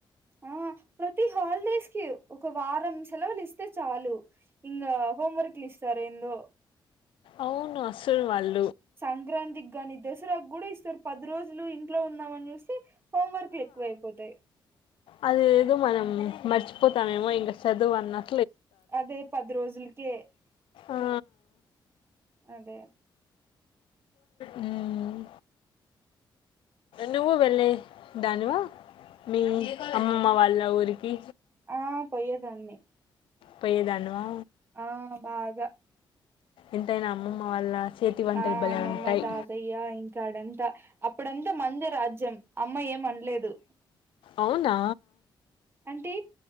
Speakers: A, on the right; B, on the left.
A: ఉహ్మ్ ప్రతి హాలిడేస్ కి ఒక వారం సెలవులు ఇస్తే చాలు ఇంకా హోంవర్క్ లు ఇస్తారు ఏందో
B: అవును అసలు వాల్
A: సంక్రాంతికి గానీ దసరాకు కూడా ఇస్తారు పది రోజులు ఇంట్లో ఉందమనీ చూస్తే హోంవర్క్ లే ఎకువ అయిపోతాయి
B: అది ఏదో మనం మే పోతమేమో ఇంకా సదువు అన్నట్
A: అదే పది రోజులకే
B: ఆ,
A: అదే
B: ఉమ్ నువ్వు వెళ్ళే దానివా మీ అమ్మమ్మ వాళ్ళ ఊరికి
A: ఆ పోయేదాన్ని
B: పోయ్యేదానివా
A: ఆ బాగా
B: ఎంతైనా అమ్మమ్మ వాళ్ళ చేతి వంటలు
A: ఆ
B: భలే
A: అమ్మమ్మ
B: ఉంటాయి
A: తాతయ్య ఇంకాడ అంతా అప్పుడంతా మందే రాజ్యం అమ్మా ఏం అనలేదు
B: అవునా
A: అంటే